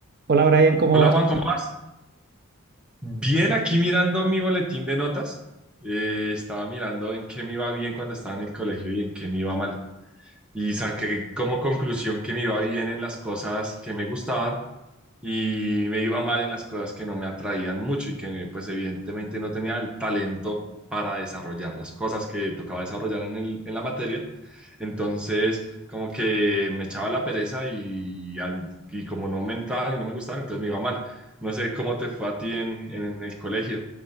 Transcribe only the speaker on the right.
Hola Brian, ¿cómo
vas?